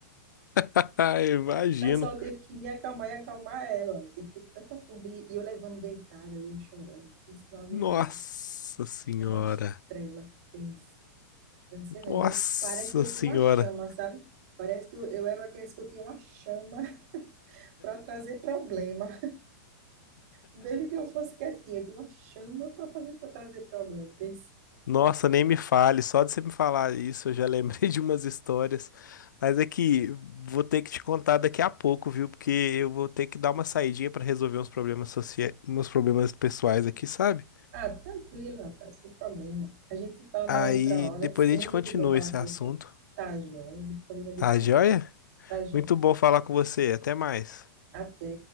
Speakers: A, on the left; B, on the right.
A: <laughs> Imagino.
B: O pessoal teve que me acalmar e acalmar ela. Porque foi tanta formiga. E eu levando deitada, eu chorando. pensando numa menina.
A: Nossa senhora.
B: É uma estrela, pensa. Eu não sei não.
A: Nossa
B: E parece que eu
A: senhora.
B: tinha uma chama, sabe? Parece que eu, eu era uma criança que eu tinha uma chama <laughs> para trazer problema. Mesmo que eu fosse quietinha, eu tinha uma chama para fazer para trazer problema. Pense,
A: Nossa, nem me fale. Só de você me falar isso, eu já lembrei <laughs> de umas histórias. Mas é que vou ter que te contar daqui a pouco, viu? Porque eu vou ter que dar uma saidinha para resolver uns problemas sociais, uns problemas pessoais aqui, sabe?
B: ah, tranquilo, Rafael, sem problema. A gente fala numa
A: Aí
B: outra hora,
A: depois
B: é sempre
A: a gente continua
B: bom falar
A: esse
B: com
A: assunto.
B: você. Tá, joia, a gente combina depois.
A: Tá, joia?
B: Tá, joia.
A: Muito bom falar com você. Até mais.
B: Até.